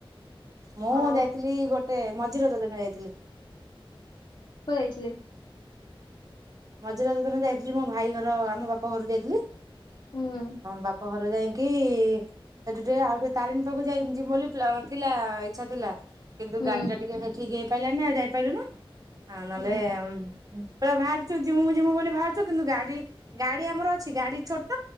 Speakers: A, on the right; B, on the left.
A: ମୁଁ
B: ଅ
A: ଯାଇଥିଲି ଗୋଟେ ମଝି ରଜ ଦିନ ଯାଇଥିଲି।
B: କୁଆଡେ ଯାଇଥିଲେ?
A: ମଝି ରଜ ଦିନ ଯାଇଥିଲି ମୋ ଭାଇ ଘର, ଆମ ବାପା ଘରକୁ ଯାଇଥିଲି,
B: ହୁଁ
A: ବା ପର ଯାଇକି ସେଠି ଟିକେ ଆଉ ଟିକେ ତାରିଣୀ ପାଖକୁ ଯାଇ ବୋଲି ଥିଲା। ଇଛା ଥିଲା କିନ୍ତୁ
B: ହୁଁ
A: ଗାଡି ଟା ଟିକେ ଠିକ ହେଇପାରିଲାନି ଆଉ ଯାଇପାରିଲୁ ନି। ହଁ ନହେଲେ,
B: ହୁଁ
A: ପୁରା ବାହାର ଜିମୁ ଜିମୁ ବୋଲି ଭାବାରୁଛୁ କିନ୍ତୁ ଗାଡି, ଗାଡି ଆମର ଅଛି ଗାଡି ଛୋଟ।